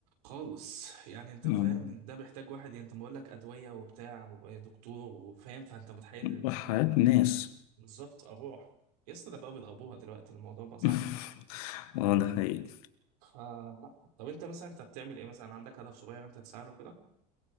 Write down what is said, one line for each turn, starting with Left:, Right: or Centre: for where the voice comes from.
Right: خالص يعني انت
Left: مم.
Right: فاهم ده محتاج واحد يعني انت بقول لك ادوية وبتاع ودكتور وفاهم فانت متخيل
Left: وحياة ناس
Right: بالظبط اروح يا اسطى ده بقى بيضربوها دلوقتي الموضوع بقى صعب
Left: <laughs> اه ده حقيقي
Right: فلا طب انت مثلا انت بتعمل ايه مثلا عندك هدف صغير انت تسعى له كده